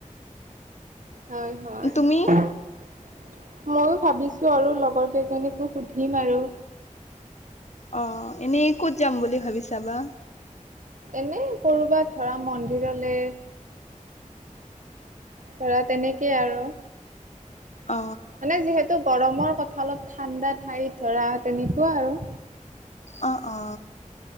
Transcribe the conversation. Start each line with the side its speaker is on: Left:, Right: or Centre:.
Right: হয় হয়
Left: তুমি
Right: <unintelligible> মইয়ো ভাবিছো আৰু লগৰ কেইজনীকো সুধিম আৰু
Left: অহ এনেই ক'ত যাম বুলি ভাবিছা বা
Right: এনে ক'ৰবাত ধৰা মন্দিৰলে ধৰা তেনেকেই আৰু।
Left: অ
Right: মানে যিহেতু গৰমৰ কথা অলপ ঠাণ্ডা ঠাই ধৰা তেনেকুৱা আৰু
Left: অ অ।